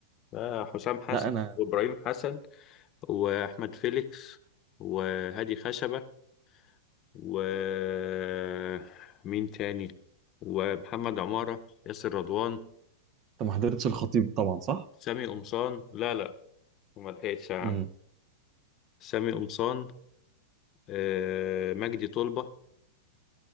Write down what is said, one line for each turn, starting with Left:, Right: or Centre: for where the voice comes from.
Left: آه، حسام حسن
Right: لا انا
Left: وإبراهيم حسن وأحمد فيليكس وهادي خشبة ومين تاني ومحمد عمارة ياسر رضوان
Right: انت ما حضرتش الخطيب طبعا صح؟
Left: سامي قمصان لا لا ما لحقتش يا عم
Right: امم
Left: سامي قمصان آه... مجدي طلبة